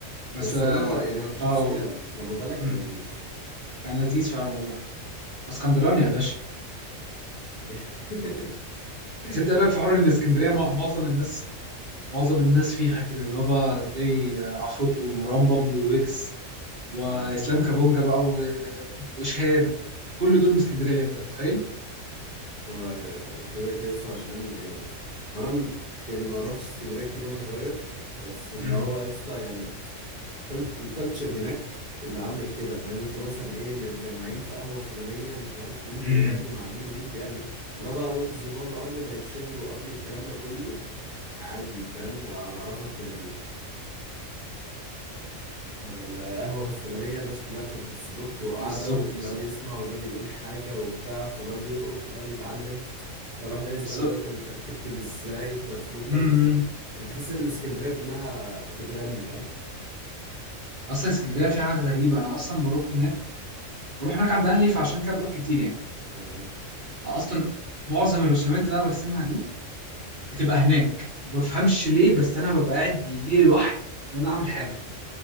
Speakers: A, on the right (about 40°); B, on the left (about 35°).
A: بس
B: بس
A: اه
B: والله هو يعني هو كشخصية
A: آه،
B: لما طلع كان
A: أمم،
B: لذيذ
A: كان لذيذ فعلا والله اسكندراني يا باشا
B: <laughs>
A: بس انت ايه رايك في
B: ودي
A: حوار ان
B: يا
A: اسكندريه
B: عم اسكندرية
A: مع- معظم
B: واللي
A: الناس معظم الناس فيها كده اللي هو بقى تلاقي آه، عفروت ومروان بابلو ويجز واسلام
B: منها
A: كابونجا بقى و- وشهاب كل دول من اسكندريه انت متخيل
B: هو كده كده يسطا عشان يعني ما انا م- يعني ما روحتش اسكندريه كتير وانا صغير بس اللي
A: امم
B: هو يسطا يعني كل- الكالتشر هناك اللي عامل كده فاهم اللي انتوا مثلا ايه متجمعين في قهوه فلانيه مش عارف مين
A: امم
B: بيغني مع مين ومين بيعمل لا بقى ويجز وبابل قبل ما يتشهروا قبل الكلام ده كله عادي فاهم انا اعرفك من من القهوة الفلانية الناس كلها كانت بتظبط وقاعدة
A: بالظبط
B: وده
A: بالظبط
B: بيسمع وده بيقول حاجة وبتاع فده بيلقط وده بيتعلم فالواحد ده يسأل
A: بالظبط
B: ده طب انت بتكتب ازاي انت الفلو بتاعك
A: امم
B: ازاي فتحس ان اسكندرية كلها بتغني فاهم
A: اصلا اسكندريه في حاجه غريبه انا اصلا بروح هناك بروح هناك عند اهلي فعشان كده بروح كتير يعني
B: اه
A: اصلا معظم الرسومات اللي انا برسمها دي بتبقى هناك ما بفهمش ليه بس انا ببقى قاعد يجي لي الوحي ان انا اعمل
B: <laughs>
A: حاجه